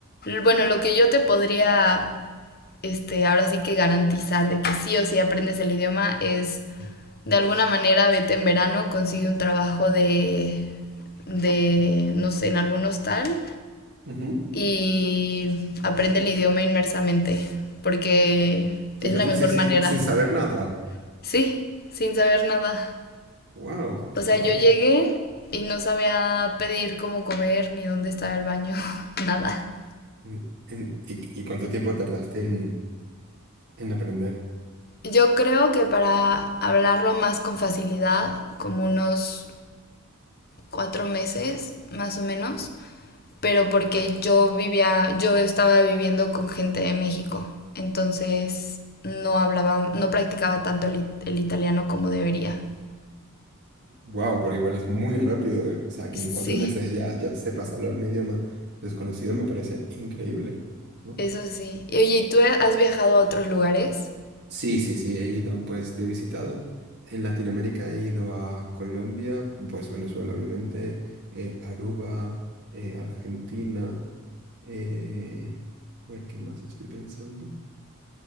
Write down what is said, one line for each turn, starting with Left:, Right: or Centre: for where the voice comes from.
Left: Bueno, lo que yo te podría, este, ahora sí que garantizar de que sí o sí aprendes el idioma es de alguna manera vete en verano, consigue un trabajo de, de no sé, en algún hostal
Right: Ujú.
Left: y aprende el idioma inmersamente, porque
Right: ¿Tú
Left: es
Right: te
Left: la
Right: fuiste
Left: mejor
Right: sin,
Left: manera.
Right: sin saber nada?
Left: Sí, sin saber nada.
Right: Wow,
Left: O sea,
Right: wow.
Left: yo llegué y no sabía pedir cómo comer ni dónde estaba el baño, <laughs> nada.
Right: ¿Y, y y cuánto tiempo tardaste en en aprender?
Left: Yo creo que para hablarlo más con facilidad, como unos cuatro meses más o menos, pero porque yo vivía, yo estaba viviendo con gente de México, entonces no hablaba, no practicaba tanto el, it- el italiano como debería.
Right: wow, pero igual es muy rápido. eh. O sea, que
Left: Sí.
Right: en cuatro meses ya, ya sepas hablar un idioma desconocido me parece increíble, ¿no?
Left: Eso sí. Y Oye, ¿y tú has viajado a otros lugares?
Right: Sí, sí, sí, he ido pues de visitado. En Latinoamérica he ido a Colombia, pues Venezuela obviamente, eh, Aruba, eh, Argentina, eh, a ver qué más estoy pensando.